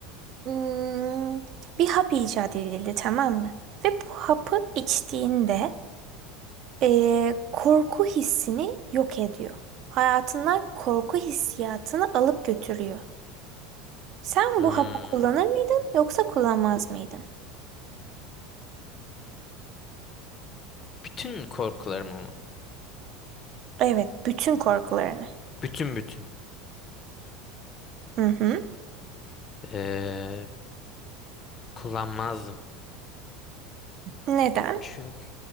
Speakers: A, on the right; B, on the left.
A: hmm, bir hap icat edildi tamam mı? Ve bu hapı içtiğinde eee, korku hissini yok ediyor. Hayatından korku hissiyatını alıp götürüyor. Sen
B: Hmm,
A: bu hapı kullanır mıydın yoksa kullanmaz mıydın?
B: bütün korkularımı mı?
A: Evet, bütün korkularını.
B: Bütün bütün.
A: Hı hı.
B: Ee, kullanmazdım.
A: Neden?
B: Çünkü